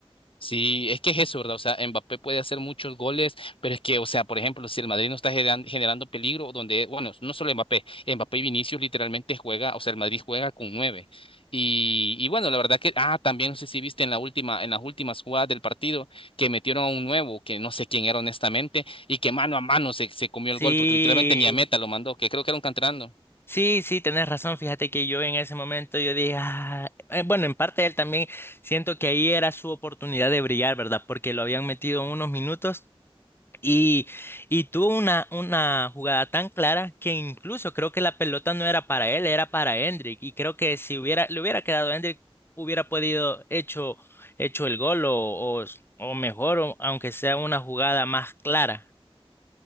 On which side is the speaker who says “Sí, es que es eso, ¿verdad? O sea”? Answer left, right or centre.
Left